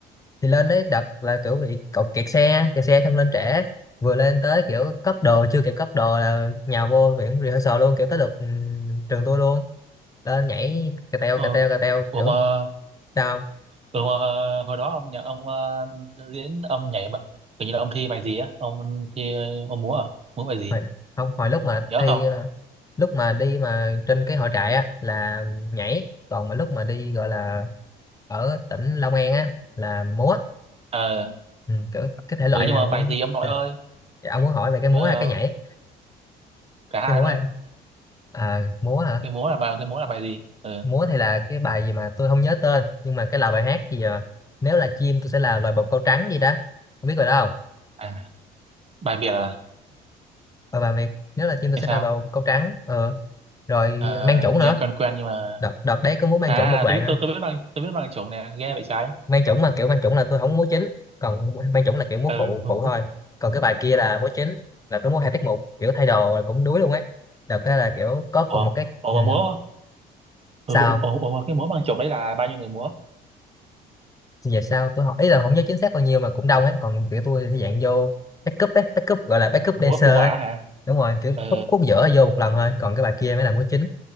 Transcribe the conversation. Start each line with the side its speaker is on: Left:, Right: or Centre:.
Left: thì lên đấy đợt là kiểu bị cậu kẹt xe kẹt xe xong lên trễ vừa lên tới kiểu cất đồ chưa kịp cất đồ là nhào vô viện rehearsal luôn kiểu tới lượt ừm, trường tôi luôn lên nhảy cà teo
Right: ừ
Left: cà teo cà teo
Right: ủa
Left: kiểu
Right: mà
Left: sao không?
Right: Ừ, mà hồi hồi đó ông nhà ông ờ, diễn ông nhảy bạn kiểu như là ông thi bài gì á ông thi ông múa à múa bài gì
Left: hồi, không hồi lúc mà
Right: nhớ
Left: thi
Right: không
Left: ờ, lúc mà đi mà trên cái hội trại á là nhảy còn mà lúc mà đi gọi là ở tỉnh Long An á là múa
Right: ờ
Left: ừ, kiểu cái thể loại
Right: ừ
Left: nào
Right: nhưng mà bài
Left: cũng
Right: gì ông nội
Left: chơi
Right: ơi
Left: được Dạ, ông muốn hỏi về cái
Right: nhưng
Left: múa
Right: mà
Left: hay cái nhảy
Right: cả hai
Left: cái múa
Right: luôn
Left: hay
Right: đấy
Left: à, múa hả
Right: cái múa là bài cái múa là bài gì ừ.
Left: múa thì là cái bài gì mà tôi không nhớ tên nhưng mà cái là bài hát gì à? nếu là chim tôi sẽ là loài bồ câu trắng gì đó không biết rồi đó không
Right: à bài Việt à
Left: và bài Việt nếu là chim tôi
Right: hay
Left: sẽ
Right: sao
Left: là bồ câu trắng ờ. rồi
Right: ờ,
Left: mang chủng
Right: nghe
Left: nữa
Right: quen quen nhưng mà
Left: đợt đợt đấy có múa mang
Right: à
Left: chủng một đoạn
Right: tôi biết
Left: nữa
Right: tôi, tôi biết bằng tôi biết bằng chủng nè ghê vậy trái
Left: mang chủng mà kiểu mang chủng là tôi không múa chính còn mang chủng là kiểu múa
Right: ừ
Left: phụ
Right: <laughs>
Left: phụ thôi còn cái bài kia là múa chính là tôi múa hai tiết mục kiểu thay đồ rồi cũng đuối luôn ấy đợt đó là kiểu có cùng
Right: ủa
Left: một cái
Right: ủa
Left: ừ.
Right: mà múa ừ,
Left: sao
Right: ủa, ủa, ủa mà cái múa bằng chủng đấy là bao nhiêu người múa
Left: về sao tôi học ý là không nhớ chính xác bao nhiêu mà cũng đông ấy còn kiểu tôi thì dạng vô backup ấy backup gọi là backup
Right: múa
Left: dancer
Right: phụ
Left: ấy
Right: họa hả
Left: đúng rồi kiểu
Right: ừ
Left: khúc khúc giữa vô một lần thôi còn cái bài kia mới là múa chính